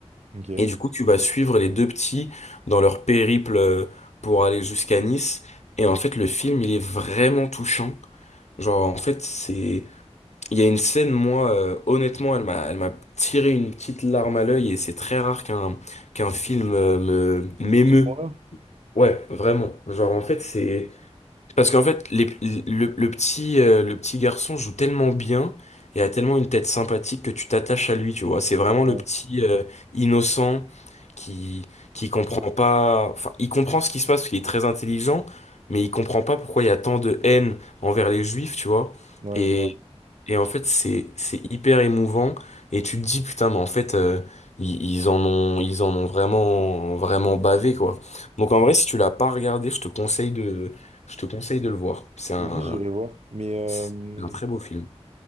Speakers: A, on the right (about 70°); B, on the left (about 80°).
A: Ok.
B: Et du coup tu vas suivre les deux petits dans leur périple euh, pour aller jusqu'à Nice. Et en fait le film il est vraiment touchant. Genre en fait c'est il y a une scène, moi, euh, honnêtement, elle m'a, elle m'a tiré une petite larme à l'œil et c'est très rare qu'un qu'un film euh, me m'émeut.
A: À ce point-là?
B: Ouais, vraiment. Genre, en fait, c'est parce qu'en fait, les- le, le petit, euh, le petit garçon joue tellement bien et a tellement une tête sympathique que tu t'attaches à lui, tu vois. C'est vraiment
A: Ouais,
B: le petit euh, innocent qui qui comprend pas. Enfin, il comprend ce qui se passe parce qu'il est très intelligent, mais il comprend pas pourquoi il y a tant de haine envers les juifs, tu vois.
A: Ouais,
B: Et
A: je vois.
B: et en fait, c'est c'est hyper émouvant. Et tu te dis putain, mais en fait, euh, ils, ils en ont ils en ont vraiment vraiment bavé quoi. Donc en vrai, si tu l'as pas regardé, je te conseille je te conseille de le voir. C'est un,
A: Vas-y, j'irai voir. Mais euh,
B: c'est un très beau film.